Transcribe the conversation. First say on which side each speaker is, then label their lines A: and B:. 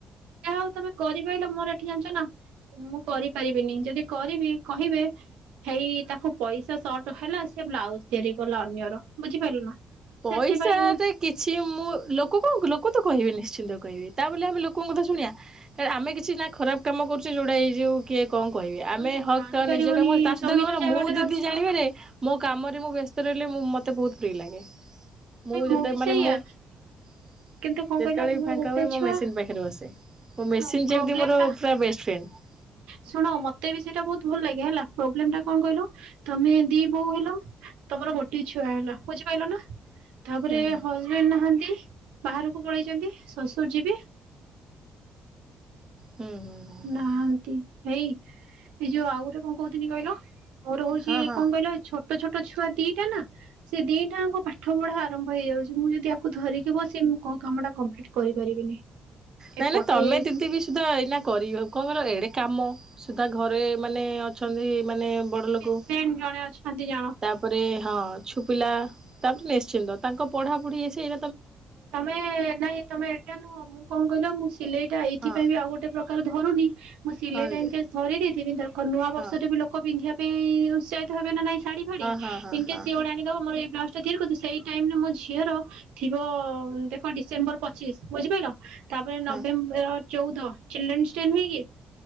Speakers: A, on the right; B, on the right.
A: ଯାହା ହଉ ତମେ କରିପାଇଲ ମୋର ଏଠି ଜାଣିଛ ନା ମୁଁ କରିପାରିବିନି ଯଦି କରିବି କହିବେ ହେଇ ତାକୁ ପଇସା ସର୍ଟ ହେଲା ସେ ବ୍ଲାଉଜ ତିଆରି କଲା ଅନ୍ୟର ବୁଝିପାରିଲ ନା।
B: ପଇସାରେ
A: ସେଥିପାଇଁ ମୁଁ
B: କିଛି ମୁଁ ଲୋକ କଣ ଲୋକ ତ କହିବେ ନିଶ୍ଚିନ୍ତ। କହିବି ତା ବୋଲି ଆମେ ଲୋକଙ୍କ କଥା ଶୁଣବା ଆମେ କିଛି ନା ଖରାପ କାମ କରୁଛେ ଯୋଡା ଏଇଯଉ କିଏ କଣ କହିବି ଆମେ
A: ତମେ
B: ହକ୍
A: ଜାଣିପାରିବନି
B: ନିଜେ କାମ ତା ସହିତ
A: ତମେ
B: କଣ କହନା
A: ଯୋଉ ଜାଗାଟାରେ
B: ମୁଁ ଦିଦି
A: ଅଛ
B: ଜାଣିବାରେ ମୋ କାମରେ ମୁଁ ବ ବ୍ୟସ୍ତ ରହିଲେ ମୁଁ ମୋତେ ବହୁତ ପ୍ରି ଲାଗେ। ମୁଁ
A: ନାଇଁ
B: ଯେତେ
A: ବି
B: ମାନେ
A: ସେଇଆ
B: ମୁଁ ଯେତେବେଳେ
A: କିନ୍ତୁ କଣ କହିଲ ତୁମର
B: ବି ଫାଙ୍କା
A: ଗୋଟେ
B: ହୁଏ ମୋ
A: ଛୁଆ
B: ମେସିନ ପାଖରେ ବସେ। ମୋ
A: ଶୁଣ
B: ମେସିନ
A: ପ୍ରୋବ୍ଲେମ
B: ଯେମିତି ମୋର
A: ଟା
B: ପୁରା ବେଷ୍ଟ ଫ୍ରେଣ୍ଡ
A: ଶୁଣ ମତେ ବି ସେଇଟା ବହୁତ ଭଲ ଲାଗେ ହେଲା ପ୍ରୋବ୍ଲେ ଟା କଣ କହିଲୁ ତମେ ଦି ବୋଉ ହେଲ ତମର ଗୋଟେ ଛୁଆ ହେଲ ବୁଝିପାଇଲ ନା। ତାପରେ
B: ହୁଁ
A: ହଜବେଣ୍ଡ ନାହାନ୍ତି। ବାହାରକୁ ପଳେଇଛନ୍ତି ଶ୍ୱଶୁର ଯିବେ।
B: ହୁଁ ହୁଁ ହୁଁ ହୁଁ
A: ନାହାନ୍ତି। ହେଇ ଏ ଯୋଉ ଆଉ ଗୋଟେ କଣ କହୁଥିଲି କହିଲ। ମୋର ହଉଛି
B: ହଁ ହଁ।
A: କଣ କହିଲ ଛୋ ଛୋଟ ଛୋଟ ଛୁଆ ଦିଟା ନା ସେ ଦିଟା ଆଙ୍କ ପାଠ ପଢା ଆରମ୍ଭ ହେଇଯାଉଛି ମୁଁ ଯଦି ଆକୁ ଧରିକି ବସିବି ମୁଁ କୋଉ କାମ ଟା କମ୍ପ୍ଲିଟ କରିପାରିବିନି।
B: ନାଇଁ
A: ଏପଟେ
B: ନାଇଁ ତମେ ଦିଦି ବି ସୁଦ୍ଧା ଏଇନା କରିବ କଣ ଏଡ଼େ କାମ ସୁଧା ଘରେ ମାନେ ଅଛନ୍ତି ମାନେ। ବଡ ଲୋକ
A: ପେସେଣ୍ଟ ଜଣେ ଅଛନ୍ତି ଜାଣ
B: ତାପରେ ହଁଛ ପିଲା ତାପରେ ନିଶ୍ଚିନ୍ତ ତାଙ୍କ ପଢାପଢି ଅଛି
A: ତମେ ନାଇଁ ତମେ ଏଟା ନୁହଁ ମୁଁ କଣ କହିଲ ମୁଁ ସିଲେଇଟା ଏଇଥିପାଇ
B: ହଁ
A: ବି ଆଉ ଗୋଟେ ପ୍ରକାର ଧରୁନି। ମୁଁ ସିଲେଇ
B: ହଁ ଦିଦି
A: ଟା ଏମିତିଆ ଧରି ଦେଇଥିଲି ଦେଖ ନୂଆ
B: ହଁ
A: ବର୍ଷରେ ବି ଲୋକ ପିନ୍ଧିବା ପାଇଁ ଉତ୍ସାହିତ ହେବେ ନା ନାଇ ଶାଢୀ ଫାଡି
B: ହଁ ହଁ
A: ଏମତିଆ
B: ହଁ
A: ସିଅଣ ଆଣିଦେବ ମୋର ବ୍ଲାଉଜଟା ତିଆରି କରୁଥିବୁ ସେଇ ଟାଇମ ରେ ମୋ ଝିଅର ଥିବ ଦେଖ ଡିସେମ୍ବର ପଚିଶ ବୁଝିପାଇଲ। ତାପରେ
B: ହଁ
A: ନଭେମ୍ବର
B: ହଁ
A: ଚଉଦ ଚିଲ୍ଡ୍ରେନ୍ସ ଡେ ନୁହେଁ କି?